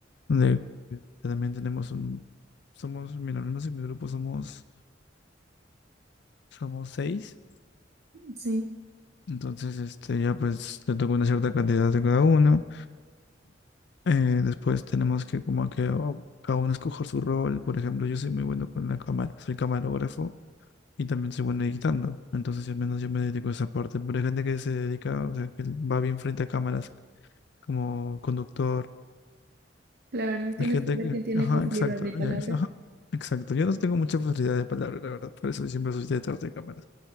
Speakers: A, on the left; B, on the right.
A: donde también tenemos un, somos, mira, al menos en mi grupo somos, somos seis,
B: Sí,
A: entonces este ya pues le toca una cierta cantidad de cada uno. Eh, después tenemos que como que o- cada uno escoger su rol. Por ejemplo, yo soy muy bueno con la cámara, soy camarógrafo y también soy bueno editando. Entonces, al menos yo me dedico a esa parte. Pero hay gente que se dedica, o sea, que va bien frente a cámaras como conductor.
B: claro, tienes
A: Hay gente
B: que ver
A: que,
B: quién tiene
A: ajá,
B: facilidad
A: exacto,
B: de palabra.
A: ya que- ajá, exacto. Yo no tengo mucha facilidad de palabra, la verdad, por eso siempre soy detrás de cámaras.